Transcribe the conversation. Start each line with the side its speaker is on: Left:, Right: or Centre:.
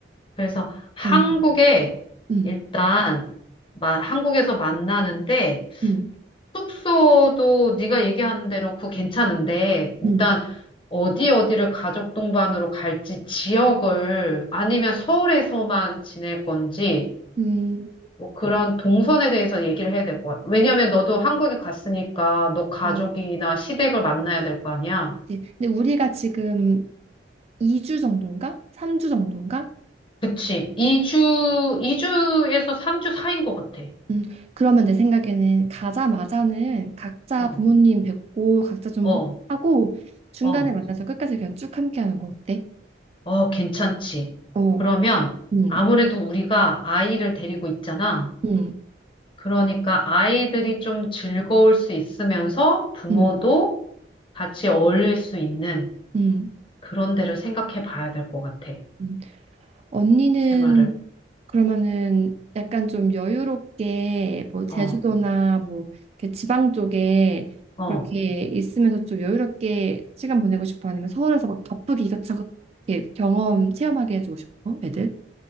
Left: 그래서 한국에
Right: 가는 걸로. 음,
Left: 일단, 마- 한국에서 만나는데,
Right: 음,
Left: 숙소도 네가 얘기하는 대로 그거 괜찮은데 일단
Right: 음,
Left: 어디 어디를 가족 동반으로 갈지 지역을 아니면 서울에서만 지낼 건지
Right: 음.
Left: 뭐 그런 동선에 대해서 얘기를 해야 될 것 같아. 왜냐면 너도 한국에 갔으니까 너 가족이나
Right: 어,
Left: 시댁을 만나야 될 거 아니야.
Right: 이제 근데 우리가 지금 2주 정도인가? 3주 정도인가?
Left: 그치. 2주, 2주에서 3주 사이인 것 같아.
Right: 음, 그러면 내 생각에는 가자마자는 각자
Left: 어,
Right: 부모님 뵙고 각자 좀
Left: 어,
Right: 하고 중간에
Left: 어,
Right: 만나서 끝까지 그냥 쭉 함께 하는 거 어때?
Left: 어, 괜찮지.
Right: 어,
Left: 그러면
Right: 음,
Left: 아무래도 우리가 아이를 데리고 있잖아.
Right: 음,
Left: 그러니까 아이들이 좀 즐거울 수 있으면서 부모도
Right: 음,
Left: 같이 어울릴 수 있는
Right: 음.
Left: 그런 데를 생각해 봐야 될 것 같아.
Right: 음. 언니는
Left: 테마를.
Right: 그러면은 약간 좀 여유롭게 뭐 제주도나
Left: 어,
Right: 뭐 이렇게 지방 쪽에
Left: 어.
Right: 그렇게 있으면서 좀 여유롭게 시간 보내고 싶어? 아니면 서울에서 막 바쁘게 이것저것 이렇게 경험 체험하게 해주고 싶어? 애들?